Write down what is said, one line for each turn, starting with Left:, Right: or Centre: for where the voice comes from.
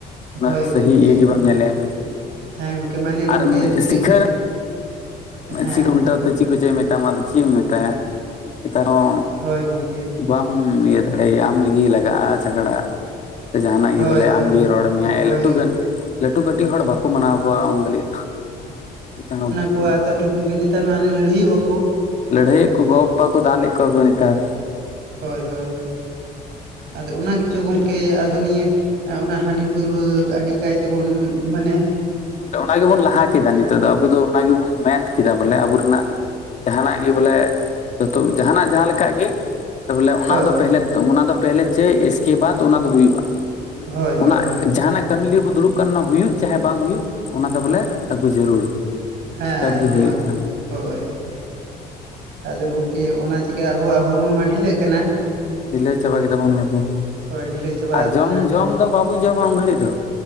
Left: ᱩᱱᱟᱹᱜ
Right: ᱦᱳᱭ ᱜᱚᱝᱠᱮ
Left: ᱥᱟᱹᱦᱤ ᱤᱭᱟᱹ ᱜᱮ ᱵᱟᱢ ᱧᱮᱞᱮᱭᱟ
Right: ᱦᱮᱸ ᱜᱚᱝᱠᱮ ᱢᱟᱱᱮ ᱜᱚᱝᱠᱮ
Left: ᱟᱨ ᱮᱢ
Right: ᱱᱤᱝᱠᱟᱹ
Left: ᱥᱤᱠᱷᱟᱹ
Right: ᱦᱮᱸ
Left: ᱥᱤ ᱩᱞᱴᱟᱹᱣ ᱛᱮ ᱪᱮᱫ ᱠᱚ ᱪᱚᱭ ᱢᱮᱛᱟᱢᱟ ᱟᱫᱚ ᱪᱮᱫ ᱮᱢ ᱢᱮᱛᱟᱭᱟ ᱱᱮᱛᱟᱨ ᱦᱚᱸ
Right: ᱦᱳᱭ ᱜᱚᱝᱠᱮ
Left: ᱵᱟᱢ ᱤᱭᱟᱹ ᱫᱟᱲᱮᱭᱼᱟ ᱟᱢ ᱞᱟᱹᱜᱤᱫ ᱞᱟᱜᱟᱜᱼᱟ ᱡᱷᱟᱜᱽᱲᱟ ᱥᱮ ᱡᱟᱦᱟᱱᱟᱜ
Right: ᱦᱳᱭ
Left: ᱜᱮ ᱵᱚᱞᱮ
Right: ᱦᱳᱭ
Left: ᱟᱢᱜᱮ
Right: ᱦᱳᱭ
Left: ᱨᱚᱲ ᱢᱮᱭᱟᱭ
Right: ᱦᱳᱭ
Left: ᱞᱟᱹᱴᱩ ᱜᱟᱱ ᱞᱟᱹᱴᱩ ᱠᱟᱹᱴᱤᱡ ᱦᱚᱲ ᱵᱟᱠᱚ ᱢᱟᱱᱟᱣ ᱠᱚᱣᱟ ᱩᱱ ᱜᱷᱟᱹᱲᱤᱡ ᱫᱚ
Right: ᱟᱠᱣᱟᱜ
Left: <inaudible>
Right: ᱛᱟᱯᱚ ᱨᱮ ᱜᱚᱢᱠᱮ ᱱᱮᱛᱟᱨ ᱢᱟ ᱦᱟᱱᱮ ᱞᱟᱹᱲᱦᱟᱭ ᱭᱚᱜᱼᱟ ᱠᱚ,
Left: ᱞᱟᱹᱲᱦᱟᱹᱭᱮᱫ ᱠᱚ ᱜᱚ ᱵᱟᱵᱟ ᱠᱚ ᱫᱟᱞᱮᱫ ᱠᱚᱣᱟ ᱠᱚ ᱱᱮᱛᱟᱨ
Right: ᱦᱳᱭ ᱦᱳᱭ ᱦᱳᱭ ᱟᱫᱚ ᱚᱱᱟ ᱜᱮᱪᱚ ᱜᱚᱢᱠᱮ ᱟᱫᱚ ᱱᱤᱭᱟᱹ ᱚᱱᱟ ᱦᱟᱺᱰᱤ ᱯᱟᱹᱨᱣᱟᱹ ᱟᱹᱰᱤ ᱠᱟᱭ ᱛᱮᱵᱚᱱ ᱢᱟᱱᱮ,
Left: ᱵᱚᱞᱮ ᱚᱱᱟ ᱜᱮᱵᱚᱱ ᱞᱟᱦᱟ ᱠᱮᱫᱟ ᱱᱤᱛᱚᱜ ᱫᱚ ᱟᱵᱚ ᱫᱚ ᱚᱱᱟ ᱜᱮᱵᱚᱱ ᱢᱮᱱ ᱠᱮᱫᱟ ᱵᱚᱞᱮ ᱟᱵᱚ ᱨᱮᱱᱟᱜ, ᱡᱟᱦᱟᱱᱟᱜ ᱜᱮ ᱵᱚᱞᱮ ᱡᱚᱛᱚ ᱡᱟᱦᱟᱱᱟᱜ ᱡᱟᱦᱟᱸ ᱞᱮᱠᱟ ᱜᱮ, ᱛᱟᱵᱚᱞᱮ ᱚᱱᱟ
Right: ᱦᱳᱭ
Left: ᱫᱚ ᱯᱮᱦᱞᱮ ᱚᱱᱟ ᱫᱚ ᱯᱮᱦᱞᱮ ᱪᱟᱹᱭ ᱮᱥᱠᱮᱵᱟᱫᱽ ᱚᱱᱟ ᱫᱚ ᱦᱩᱭᱩᱜᱼᱟ,
Right: ᱦᱳᱭ
Left: ᱚᱱᱟ
Right: ᱦᱳᱭ ᱦᱳᱭ
Left: ᱡᱟᱦᱟᱸᱱᱟᱜ ᱠᱟᱹᱢᱤ ᱞᱟᱹᱜᱤᱫ ᱵᱚᱱ ᱫᱩᱲᱩᱵ ᱠᱟᱱ ᱦᱩᱭᱩᱜ ᱪᱟᱦᱮ ᱵᱟᱝ ᱦᱩᱭᱩᱜ ᱚᱱᱟ ᱫᱚ ᱵᱚᱞᱮ ᱟᱹᱜᱩ ᱡᱟᱹᱨᱩᱲ
Right: ᱦᱮᱸ
Left: ᱮᱥᱠᱟᱨ
Right: ᱮᱠᱫᱚᱢ
Left: ᱜᱮ ᱦᱩᱭᱩᱜ
Right: ᱟᱜᱩᱭ
Left: ᱛᱟᱦᱮᱱᱟ
Right: ᱦᱳᱭ ᱟᱫᱚ ᱜᱚᱝᱠᱮ ᱚᱱᱟ ᱪᱤᱠᱟᱹ ᱟᱵᱚᱣᱟᱜ ᱦᱚᱲᱢᱚ ᱢᱟ ᱰᱷᱤᱞᱟᱹᱜ ᱠᱟᱱᱟ
Left: ᱰᱤᱞᱟᱹᱣ ᱪᱟᱵᱟ ᱠᱮᱫᱟ ᱵᱚᱱ ᱦᱚᱲᱢᱚ ᱦᱚᱸ
Right: ᱦᱚᱭ ᱰᱷᱤᱞᱟᱹ ᱪᱟᱵᱟ
Left: ᱟᱨ
Right: ᱟᱠᱟᱱᱟ
Left: ᱡᱚᱢ ᱡᱚᱢ ᱫᱚ ᱵᱟᱵᱚᱱ ᱡᱚᱢᱟ ᱩᱱ ᱜᱷᱟᱹᱲᱤᱡ ᱫᱚ